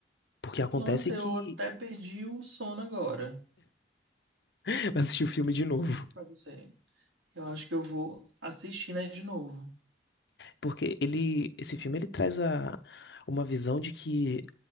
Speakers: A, on the left; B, on the right.
A: Porque acontece
B: Nossa, eu
A: que.
B: até perdi o sono agora.
A: <laughs> Vai assistir o filme de novo.
B: Juro pra você. Eu acho que eu vou assistir, né, de novo.
A: Porque ele. Esse filme ele traz a, uma visão de que.